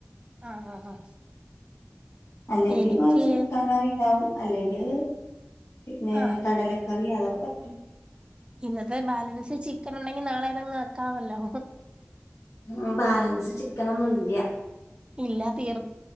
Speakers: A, on the right (about 20°); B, on the left (about 85°).
A: ആഹ് ആഹ് ആഹ്
B: അല്ലെങ്കി
A: എനിക്ക്
B: ഓ ചിക്കങ്കറി ണ്ടാവും അല്ലെങ്കില് പിന്നെ
A: ആഹ്
B: കടലക്ക കറിയാതൊക്കെ പറ്റും
A: ഇന്നത്തെ ബാലൻസ് ചിക്കൻ ഉണ്ടെങ്കി നാളെ ഏതങ്ങ് ആക്കാമല്ലോ
B: ഉ ബാലൻസ് ചിക്കനൊന്നും ഇല്ല
A: ഇല്ല തീർ